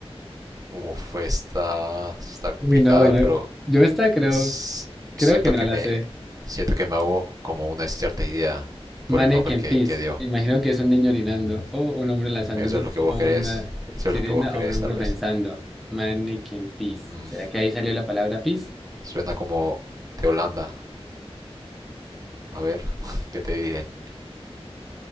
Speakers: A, on the right; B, in the centre.
A: Uf, está, está complicada,
B: Uy, no, yo,
A: pero
B: yo esta creo,
A: s-
B: creo
A: siento
B: que no
A: que
B: la
A: me,
B: sé.
A: siento que me hago como una cierta idea por
B: Mannequin
A: el nombre que,
B: Peace.
A: que dio.
B: Imagino que es un niño orinando, o un hombre lanzando
A: Eso
B: un disco,
A: es lo que vos
B: o
A: crees.
B: una
A: Eso
B: sirena,
A: es lo que vos crees,
B: o un hombre
A: tal vez.
B: pensando. Mannequin Peace.
A: Mm,
B: ¿Será que ahí salió la palabra peace?
A: Suena como de Holanda. A ver, <laughs> ¿qué te dije?